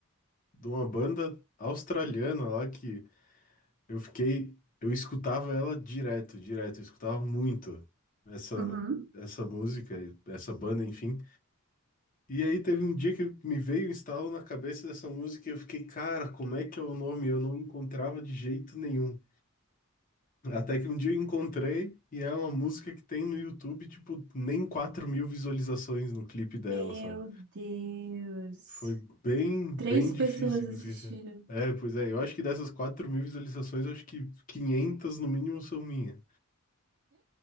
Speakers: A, on the left; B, on the right.
A: de uma banda australiana lá que eu fiquei, eu escutava ela direto, direto, eu escutava muito essa,
B: Uhum.
A: essa música, essa banda, enfim. E aí teve um dia que me veio um estalo na cabeça dessa música e eu fiquei, cara, como é que é o nome? Eu não encontrava de jeito nenhum. Até que um dia eu encontrei e é uma música que tem no YouTube, tipo, nem quatro mil visualizações no clipe dela,
B: Meu
A: sabe?
B: Deus.
A: Foi bem, bem
B: Três
A: difícil
B: pessoas assistiram.
A: conseguir achar. É, pois é, eu acho que dessas quatro mil visualizações, eu acho que 500 no mínimo são minhas.